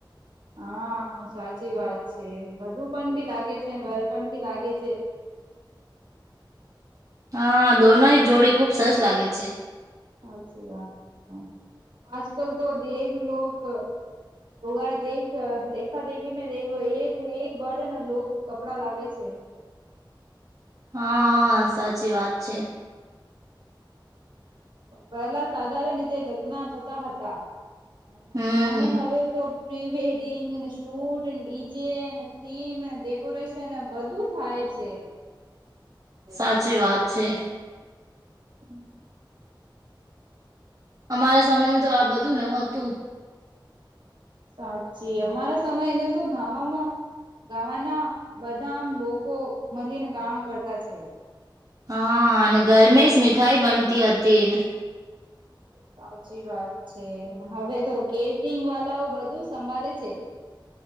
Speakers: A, on the right; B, on the right.
A: હા સાચી વાત છે. વધુ પણ ભી લાગે છે ને વર પણ ભી લાગે છે.
B: હા દોનોની જોડી ખુબ સરસ લાગે છે.
A: સાચી વાત છે આજ કલ કો દેખ લોક <unintelligible> દેખ દેખા દેખી મે દેખલો એક એક બડને લોગ કપડા લાવે છે. એ
B: હા સાચી વાત છે.
A: પહેલા સાધારણ રીતે લગ્ન થતા હતા. અને
B: હમ
A: અને હવે તો પ્રી વેડિંગ ને શૂ શૂટિંગ ડિઝે ને થીમ ડેકોરેશન ને બધું જ થાય છે.
B: સાચી વાત છે.
A: <inaudible>
B: અમારા સમયમાં તો આ બધું ન હતું.
A: સાચી અમારા સમયને તો ગાવા માં ગાવાના બધામ લોકો મલીને કામ કરતા છે.
B: હા ને ઘરમે જ મીઠાઈ બનતી હતી ને
A: <inaudible> સાચી વાત છે હવે તો કેટરિંગ વાલાઓ બધું સંભાળે છે. <inaudible>